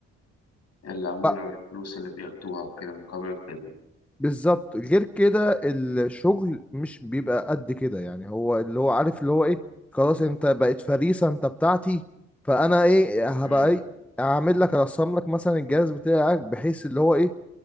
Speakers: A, on the left; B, in the centre.
A: العموله
B: ب-
A: والفلوس اللي بياخدوها وكده مقابل الخدمه
B: بالظبط غير كده الشغل مش بيبقى قد كده يعني هو اللي هو عارف اللي هو ايه خلاص انت بقيت فريسة انت بتاعتي فانا ايه هبقى
A: امم
B: ايه اعمل لك ارسم لك مثلا الجهاز بتاعك بحيث اللي هو ايه